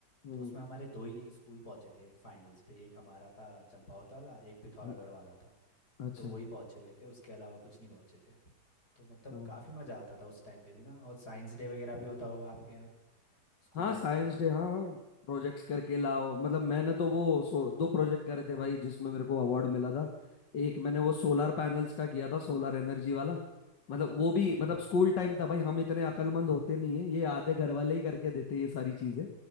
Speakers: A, on the left; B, on the left.
A: हम्म
B: तो उसमें हमारे दो ही स्कूल पहुंचे थे फाइनल्स पे एक हमारा था चंपावत वाला एक पिथौरागढ़
A: हम्म,
B: वाला था
A: अच्छा
B: तो वही पहुंचे हुए थे उसके अलावा कुछ नहीं पहुंचे थे तो मतलब
A: हाँ
B: काफ़ी मज़ा आता था उस टाइम पे भी ना और साइंस डे वगैरह भी होता होगा आपके यहाँ स्कूल
A: हाँ
B: टाइम
A: साइंस
B: पे
A: डे हाँ प्रोजेक्ट्स करके लाओ मतलब मैंने तो वो सो,
B: हाँ
A: दो प्रोजेक्ट करे थे भाई जिसमें मेरे को अवार्ड मिला था एक मैंने वो सोलर पैनल्स का किया था सोलर एनर्जी वाला मतलब वो भी
B: <laughs>
A: मतलब स्कूल टाइम था भाई हम इतने अकलमंद होते नहीं है ये आधे घर वाले ही करके देते ये सारी चीजें